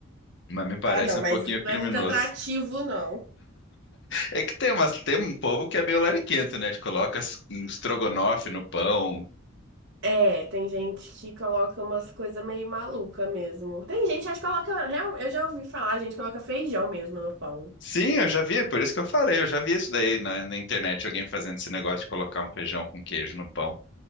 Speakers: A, on the left; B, on the right.
A: Mas me parece
B: Ah, não,
A: um
B: mas
A: pouquinho
B: não
A: criminoso.
B: é muito atrativo, não.
A: É que tem umas, tem um povo que é meio lariquento, né? Que coloca s- um estrogonofe no pão.
B: É, tem gente que coloca umas coisas meio maluca mesmo. Tem gente, acho que coloca. real- Eu já ouvi falar, gente coloca feijão mesmo no pão.
A: Sim, eu já vi, por isso que eu falei, eu já vi isso daí na, na internet, alguém fazendo esse negócio de colocar um feijão com queijo no pão.